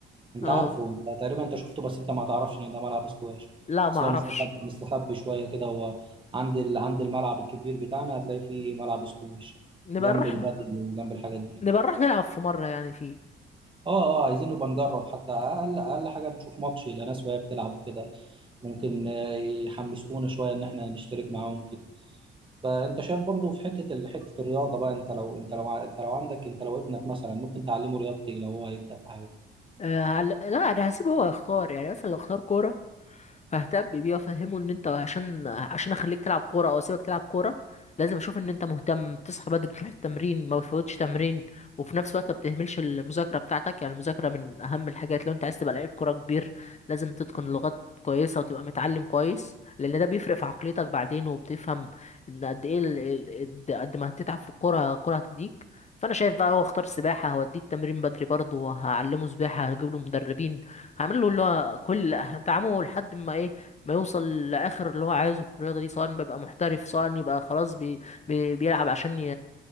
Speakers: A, on the right (about 25°); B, on the left (about 35°).
A: انت
B: اه
A: عارفه انت تقريبا انت شفته بس انت ما تعرفش ان ده ملعب سكواش
B: لا ما
A: بس هو
B: اعرفش
A: مستخبي مستخبي شوية كده هو عند ال... عند الملعب الكبير بتاعنا هتلاقي فيه ملعب سكواش
B: نبقى
A: جنب
B: نروح
A: البادل وجنب الحاجات دي
B: نبقى نروح نلعب في مرة يعني فيه
A: اه اه عايزين نبقى نجرب حتى اقل اقل حاجه نشوف ماتش لناس وهي بتلعب وكده ممكن آه، يحمسونا شويه ان احنا نشترك معاهم كده فانت شايف برضو في حته ال- حته الرياضه بقى انت لو انت لو ع- انت لو عندك انت لو ابنك مثلا ممكن تعلمه رياضتي لو هو هيبدا في حياته
B: آه هل... لا انا هسيبه هو يختار يعني مثلا لو اختار كورة ههتم بيه وافهمه ان انت عشان عشان اخليك تلعب كوره او اسيبك تلعب كوره لازم اشوف ان انت مهتم بتصحى بدري تروح التمرين ما بتفوتش تمرين وفي نفس الوقت ما بتهملش المذاكره بتاعتك يعني المذاكره من اهم الحاجات لو انت عايز تبقى لعيب كوره كبير لازم تتقن لغات كويسه وتبقى متعلم كويس لان ده بيفرق في عقليتك بعدين وبتفهم ان قد ايه ال- ال- قد قد ما هتتعب في الكوره الكوره هتديك فانا شايف بقى هو اختار سباحه هوديه التمرين بدري برضه وهعلمه سباحه هجيب له مدربين هعمل له اللي هو كل هدعمه لحد ما ايه ما يوصل لاخر اللي هو عايزه في الرياضه دي سواء بيبقى محترف سواء يبقى خلاص بي... بي... بيلعب عشان ي...